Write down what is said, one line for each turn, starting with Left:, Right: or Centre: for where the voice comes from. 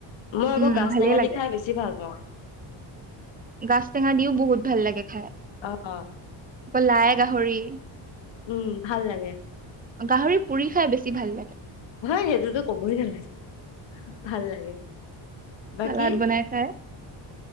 Left: মই আকৌ
Right: উম
Left: গাজ
Right: ভালে
Left: টেঙা
Right: লাগে
Left: দি খাই বেছি ভাল পাওঁ।
Right: গাজ টেঙা দিওঁ বহুত ভাল লাগে খাই।
Left: অ', অ'।
Right: আকৌ লাই গাহৰি।
Left: উম, ভাল লাগে।
Right: গাহৰি পুৰি খাই বেছি ভাল লাগে।
Left: হয় সেইটোতো ক'বই নালাগে, ভাল লাগে। বাকী
Right: চালাদ বনাই খায়।